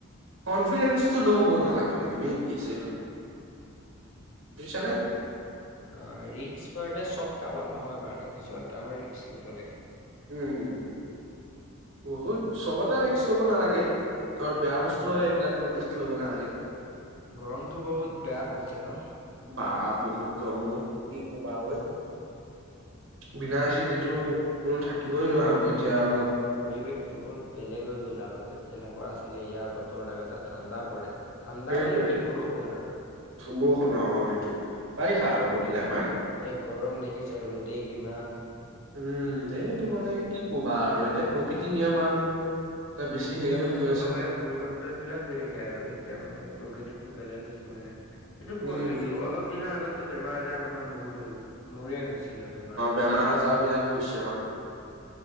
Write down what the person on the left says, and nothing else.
অ
অ ৰিক্স বাৰতে চব কামত নহয় বাৰতে কিছুমান কামত ৰিক্স ল'ব লাগে।
উম
গৰমতটো বহুত বেয়া পৰিছে ন
অ
তাকে।
পৰিবেশতটো বহুত বেলেগ হৈ গ'ল আগতে কেনেকুৱা আছে ছিলে এয়া বতৰত আগতে ঠাণ্ডা পৰে ঠাণ্ডা
মানে কি বৰষুণ আৰু
এতিয়া
গৰ
এতিয়া গৰম দেখিছে ৰ'দেই কিমান
উম
এতিয়া
মানে
জলবায়ুৰ
পৰিৱৰ্তন বিলাক হৈ থাকে আৰু এতিয়া মানে প্ৰকৃতিত টো বেলেগ হৈছে মানে এইটো
এইটো অলপ দিনৰ আগতে বেমাৰ আজাৰ মানুহৰ বহুত হৈ গল মোৰে হৈছিলে বেমাৰ এটা
অলপ দিন।